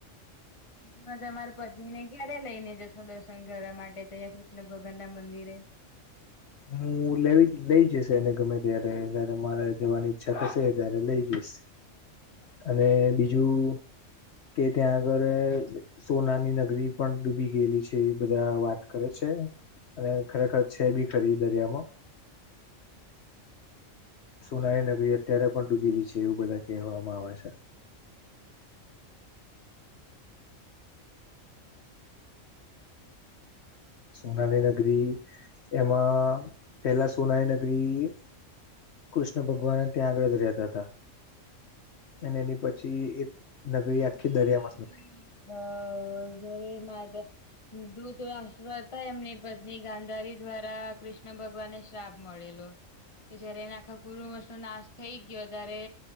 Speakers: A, on the left; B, on the left.
A: તમે તમાર પત્નીને ક્યારે લઈ ને જશો દર્શન કરવા માટે અહં કૃષ્ણ ભગવાન ના મંદિરે
B: હું લે લઈ જઈશ એને ગમે ત્યારે જયારે મારે જવાની ઈચ્છા થશે ત્યારે લઈ જઈશ.
A: બરાબર
B: અને બીજું કે ત્યાં આગળ સોનાની નગરી પણ ડૂબી ગયેલી છે એવી બધા વાત કરે છે. અને ખરેખર છે, બી ખરી દરિયામાં સોનાલી નગરી અત્યારે પણ ડૂબીલી છે એવું બધા કહેવામાં આવે છે. સોનાની નગરી એમાં પેલા સોનાની નગરી. કૃષ્ણ ભગવાન ત્યાં આગળ જ રહેતા હતા અને એની પછી નગરી
A: મે
B: આખી
A: બી
B: દરિયામાં
A: અ ઘરે મા દૂત રાષ્ટ્ર હતા એમની પત્ની ગાંધારી દ્વારા કૃષ્ણ ભગવાનને શ્રાાવ મળેલો કે જયારે એને આખા કુરુમશ નો નાશ થઈ ગયો ત્યારે.